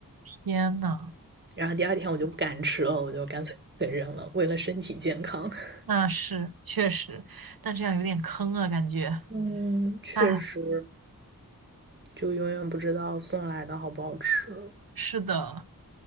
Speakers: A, on the right; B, on the right.
A: 天呐！
B: 然后第二天我就不敢吃了，我就干脆给扔了，为了身体健康。<laughs>
A: 那是确实，但这样有点坑啊，感觉。
B: 嗯，确实，
A: 哎，
B: 就永远不知道送来的好不好吃。
A: 是的，